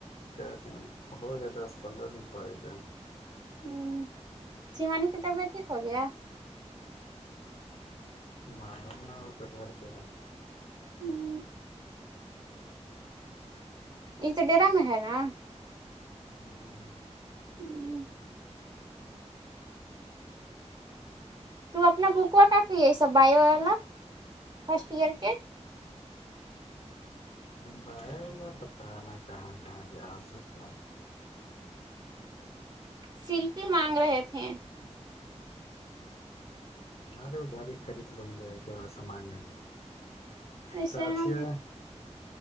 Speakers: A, on the left (about 60°); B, on the right (about 40°).
A: کیاتے ہو گیا دس پندرہ دن پہ گئے
B: ہوں سیوانی کتابہ ٹھیک ہو گیا
A: معلم نہ ہو تو گھر پہ ہے
B: ہوں یہ تو ڈرا میں ہے نا
A: <inaudible>
B: ہوں تو اپنا بکوا کا کہی ہے سب بائیو والا فرسٹ ایئر کے
A: ب پتہ نا کہاں کہاں جیاازو تھا
B: شلپی مانگ رہے تھے
A: اارے اداری خرید ل مجے جا سمان لا
B: ایسے
A: چتی
B: ہم
A: ہے